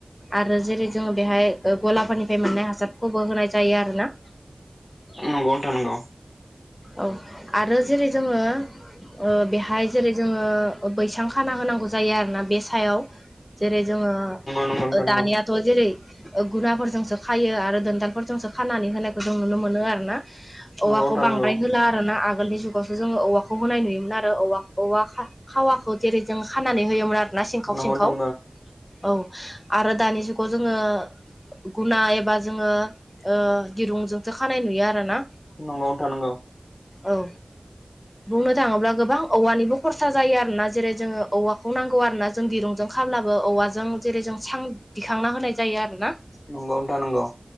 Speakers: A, on the left; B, on the left.
A: आरो जेरै जोङो बेहाय गलाफोरनिफ्राय मोननाय हासारखौबो होनाय जायो आरोना
B: नंगौ नोंथां नंगौ
A: औ आरो जेरै जोङो ओ बेहाय जेरै जोङो बैसां खाना होनांगौ जायो आरोना बे सायाव। जेरै जोङो
B: नोंथां नंगौ
A: दानिया थ' जेरै गुनाफोरजोंसो खायो आरो दोनदालफोरजोंसो खानानै होनायखौ जों नुनो मोनो आरो ना।
B: नंगौ
A: औवाखौ बां
B: नंगौ
A: होला आरो ना आगोलनि जुगावसो जोङो औवाखौ होनाय नुयोमोन आरो औवा औवा खा खावाखौ जेरै जों खानानै होयोमोन आरोना सिंखाव सिंखाव।
B: नोंथां नंगौ
A: औ आरो दानि जुगाव जोङो। गुना एबा जोङो ओ दिरुंजोंसो खानाय नुयो आरो ना।
B: नंगौ नोंथां नंगौ।
A: औ।
B: <inaudible>
A: बुंनो थाङोब्ला गोबां औवानिबो खरसा जायो आरोना जेरै जोङो औवाखौ नांगौ आरोना। जों दिरुंजों खाब्लाबो औवाजों जेरै जों सां दिखांना होनाय जायो आरो ना।
B: नोंगौ नोंथां नोंगौ।